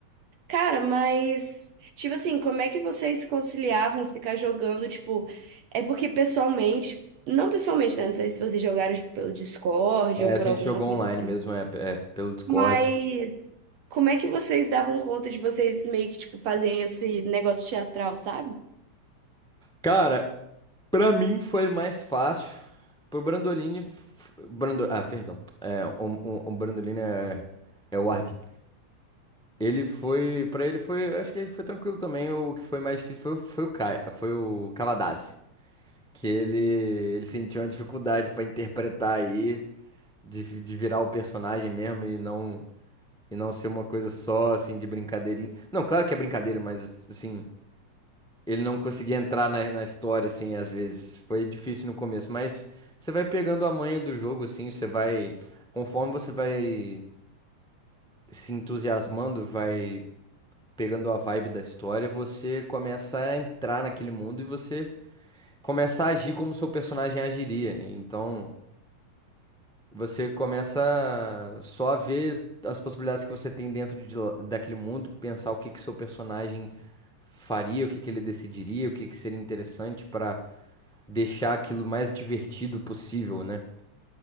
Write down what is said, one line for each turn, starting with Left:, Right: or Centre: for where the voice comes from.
Right: Cara, mas, tipo assim, como é que vocês conciliavam ficar jogando, tipo, é porque pessoalmente, não pessoalmente, né? Não sei se vocês jogaram, tipo, pelo Discord
Centre: É,
Right: ou por
Centre: a gente
Right: alguma
Centre: jogou
Right: coisa
Centre: online
Right: assim.
Centre: mesmo, é, é, pelo Discord.
Right: Mas como é que vocês davam conta de vocês meio que, tipo, fazerem esse negócio teatral, sabe?
Centre: Cara, pra mim foi mais fácil. Pro Brandolini. f- Brando, ah, perdão. É, o, o, o Brandolini é, é o Ardyn. Ele foi. Pra ele foi. Acho que ele foi tranquilo também. O que foi mais difícil foi, o- foi o Kai, foi o Cavadaz. Que ele, ele sentiu uma dificuldade pra interpretar aí. de, de virar o personagem mesmo e não e não ser uma coisa só assim de brincadeirinha. Não, claro que é brincadeira, mas assim, ele não conseguia entrar na, na história assim às vezes. Foi difícil no começo, mas você vai pegando a manha do jogo assim, você vai conforme você vai se entusiasmando, vai pegando a vibe da história, você começa a entrar naquele mundo e você começa a agir como seu personagem agiria. Então, Você começa só a ver as possibilidades que você tem dentro de lá- daquele mundo, pensar o que que seu personagem faria, o que que ele decidiria, o que que seria interessante pra deixar aquilo mais divertido possível, né?